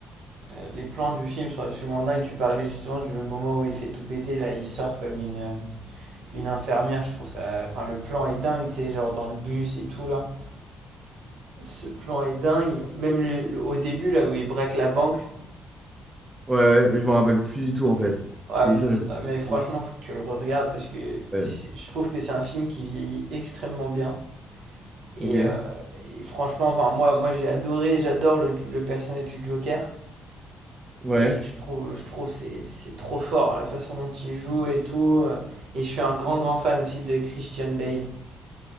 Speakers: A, on the right (about 70°); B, on the right (about 15°).
A: euh, les plans du film sont absolument dingues. Tu parlais justement du moment où il fait tout péter, là il sort comme une, euh, une infirmière, je trouve ça. Enfin, le plan est dingue, tu sais, genre dans le bus et tout là. Ce plan est dingue. Même le- le- au début, là où il braque la banque.
B: ouais, mais je me rappelle plus du tout en fait.
A: Euh,
B: Je t'ai dit ça, mais je me rappelle
A: mais franchement,
B: plus.
A: faut que tu le regardes parce que
B: Ouais.
A: c'est- je trouve que c'est un film qui vieillit extrêmement bien. Et,
B: Ok.
A: euh, et franchement, enfin, moi, moi j'ai adoré, j'adore le, le personnage du Joker.
B: Ouais.
A: Et je trouve, je trouve c'est c'est trop fort la façon dont il joue et tout. euh. Et je suis un grand, grand fan aussi de Christian Bale,